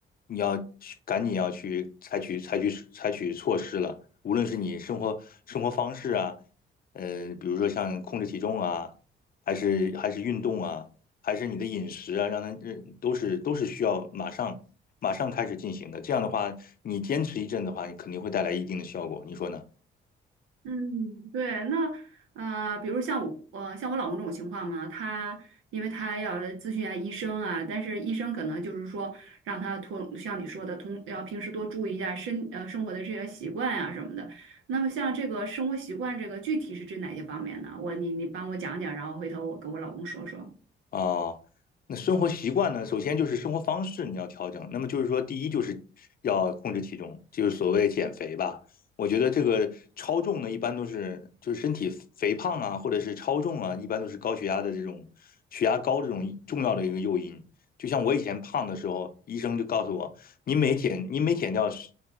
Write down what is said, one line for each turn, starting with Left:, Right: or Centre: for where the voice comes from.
Left: 你要去赶紧要去采取采取采取措施了，无论是你生活生活方式啊，呃，比如说像控制体重啊。还是还是运动啊，还是你的饮食啊，让它呃都是都是需要马上马上开始进行的。这样的话，你坚持一阵的话，你肯定会带来一定的效果，你说呢？
Right: 嗯，对，那呃，比如像我，呃，像我老公这种情况嘛，他因为他要咨询一下医生啊，但是医生可能就是说让他通，像你说的，通要平时多注意一下身呃生活的这些习惯啊什么的。那么像这个生活习惯，这个具体是指哪些方面呢？我你你帮我讲讲，然后回头我跟我老公说说。
Left: 啊，那生活习惯呢？首先就是生活方式你要调整。那么就是说，第一就是要控制体重，就是所谓减肥吧。我觉得这个超重呢，一般都是就是身体肥胖啊，或者是超重啊，一般都是高血压的这种血压高这种重要的一个诱因。就像我以前胖的时候，医生就告诉我，你每减你每减掉十，